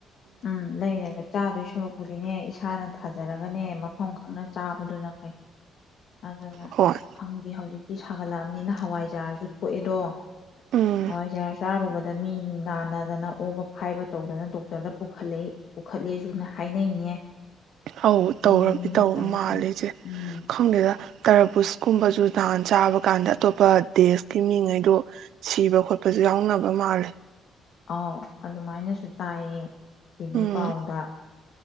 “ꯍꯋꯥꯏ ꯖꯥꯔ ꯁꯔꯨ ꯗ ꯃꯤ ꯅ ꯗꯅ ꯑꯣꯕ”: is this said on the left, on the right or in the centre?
Left